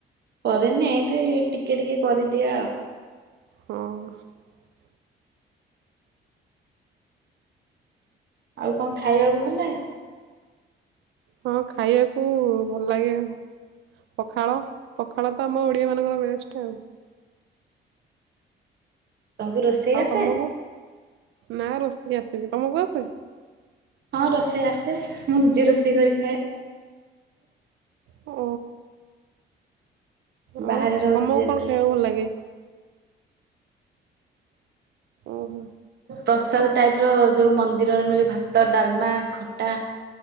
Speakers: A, on the right; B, on the right.
A: କରେନି, ଏମତି ଟିକେ ଟିକେ କରିଦିଏ, ଆଉ।
B: ହଁ।
A: ଆଉ କଣ ଖାଇବାକୁ ଭଲ ଲାଗେ?
B: ହଁ ଖାଇବାକୁ ଭଲ ଲାଗେ ପଖାଳ ପଖାଳ ତ ଆମ ଓଡ଼ିଆ ମାନଙ୍କର ବେଷ୍ଟ ଆଉ।
A: ତୋମକୁ ରୋଷେଇ
B: ଆଉ
A: ଆସେ?
B: ତମକୁ? ନା ରୋଷେଇ ଆସିନେ, ତୋମକୁ ଆସେ?
A: ହଁ ରୋଷେଇ ଆସେ, ମୁଁ ନିଜେ ରୋଷେଇ କରି ଖାଏ।
B: ଓ। ଆଉ
A: ବାହାରେ ରହୁଛି
B: ତୋମକୁ
A: ଯେହେତୁ।
B: କଣ ଖାଇବାକୁ ଭଲ ଲାଗେ? ଓହୋ।
A: ପ୍ରସାଦ ଟାଇପ୍ ର ଯୋଉ ମନ୍ଦିରରେ ମିଳେ ଭାତ, ଡାଲମା ଖଟା